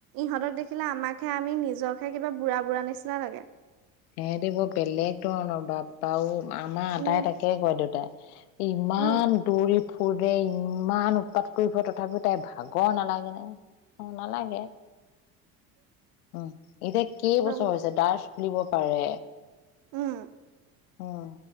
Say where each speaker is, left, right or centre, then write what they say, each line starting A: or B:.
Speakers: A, on the right; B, on the left.
A: ইহঁতক দেখিলে আমাকহে আমি নিজকহে কিবা বুঢ়া বুঢ়া নিচিনা লাগে।
B: এহেতি বহুত বেলেগ ধৰণৰ বাপা ঔ, আমাৰ
A: উম
B: আটাই তাকে কয় দেউতাই। ইমান
A: উম
B: দৌৰি ফুৰে, ইমান উৎপাত কৰি ফুৰে তথাপিও তাইৰ ভাগৰ নালাগে নে? অ নালাগে, উম এতিয়া কেইবছৰ
A: উম
B: হৈছে তাৰ ফুৰিব পাৰে?
A: উম।
B: উম